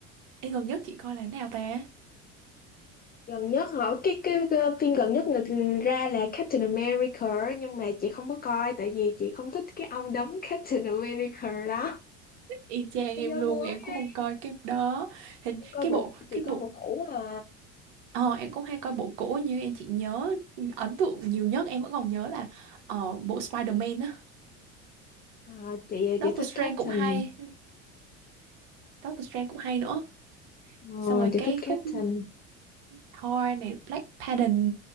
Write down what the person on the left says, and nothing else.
gần nhất hả? Cái, cái, cái phim gần nhất người ra là Captain America nhưng mà chị không có coi tại vì chị không thích cái ông đóng <laughs> Captain America đó.
Thế
giới
mới
á,
em coi
bộ
chị
coi
bộ cũ à.
Ờ, chị
chị thích
Captain.
Ờ,
chị
thích
Captain.